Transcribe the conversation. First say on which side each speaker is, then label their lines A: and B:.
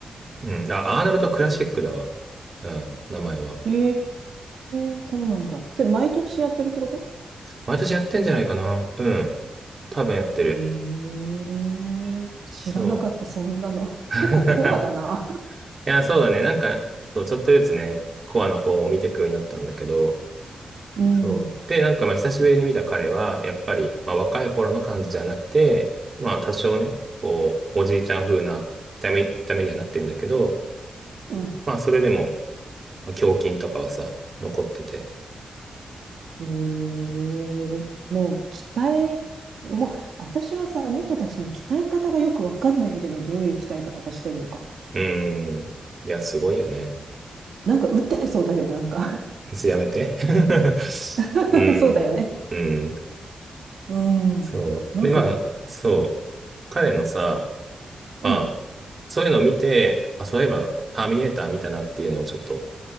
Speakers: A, on the right (about 40°); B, on the right (about 75°).
A: うん。あ、アーノルド・クラシックだわ。うん、名前は。
B: ええそうなんだ。それ、毎年やってるってこと
A: 毎年やってんじゃないかな。うん。多分やってる。
B: ええ知らなかった、
A: そ
B: そんなの。
A: う。<laughs>
B: 結構コアだな。
A: いや、そうだね。なんか、そう、ちょっとずつね、コアの方も見ていくようになったんだけど、
B: <laughs> うん。
A: そう。で、なんか、まあ、久しぶりに見た彼は、やっぱり、まあ、若い頃の感じじゃなくて、まあ、多少ね、こう、おじいちゃん風な見た目、見た目にはなってんだけど、
B: うん。
A: まあ、それでも、まあ胸筋とかはさ、残ってて。
B: ええもう鍛え、もう私はさ、あの人たちの鍛え方がよくわかんないんだよね。どういう鍛え方してんのか。
A: うーん。いや、すごいよね。
B: なんか打ってそうだけど、なんか
A: それやめて。<laughs>
B: <laughs>
A: うん。
B: そうだよね。
A: うん。
B: う
A: そう。
B: ん。なんか、
A: で、まあ、そう。彼のさ、
B: うん。
A: まあ、そういうのを見て、あ、そういえば、ターミネーター見たなっていうのをちょっと、